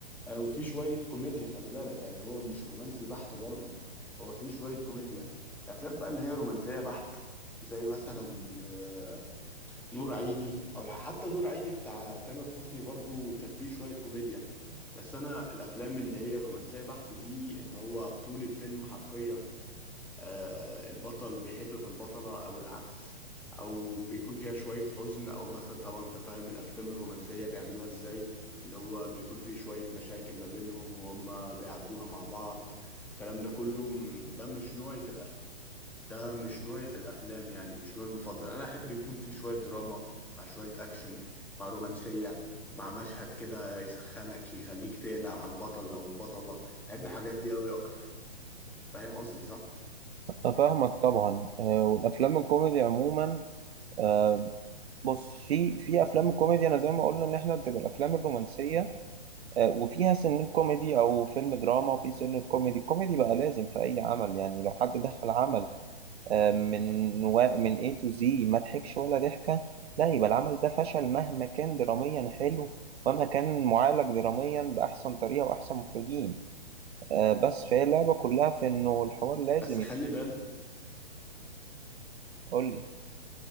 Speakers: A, in the centre; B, on the right.
A: آه، وفي شوية كوميديا خلي بالك يعني هو مش رومانسي بحت برضه هو في شوية كوميديا الأفلام بقى اللي هي رومانسية بحت زي مثلا آه، نور عيني أو حتى نور عيني بتاع تامر حسني برضه كان فيه شوية كوميديا بس أنا الأفلام اللي هي رومانسية بحت دي اللي هو طول الفيلم حرفيا آه، البطل بيحب في البطلة أو العكس أو بيكون فيها شوية حزن أو مثلا طبعا أنت فاهم الأفلام الرومانسية بيعملوها إزاي اللي هو بيكون فيه شوية مشاكل ما بينهم وهم بيعدوها مع بعض الكلام ده كله م- ده مش نوعي في الأفلام ده مش نوعي في الأفلام يعني مش نوعي المفضل أنا أحب يكون فيه شوية دراما مع شوية أكشن مع رومانسية مع مشهد كده يسخنك يخليك تقلق على البطل أو البطلة بحب الحاجات دي أوي أكتر فاهم قصدي صح؟
B: أنا فاهمك طبعا آه، والأفلام الكوميدي عموما آه، بص في في أفلام الكوميدي أنا زي ما قلنا إن إحنا بتبقى الأفلام الرومانسية آه، وفيها سنة كوميدي أو فيلم دراما وفي سنة كوميدي الكوميدي بقى لازم في أي عمل يعني لو حد دخل عمل آه، من و... من A to Z ما ضحكش ولا ضحكة لا يبقى العمل ده فشل مهما كان دراميا حلو ومهما كان معالج دراميا بأحسن طريقة وأحسن مخرجين آه، بس فهي اللعبة كلها في إنه الحوار لازم
A: بس خلي بالك
B: يقول لي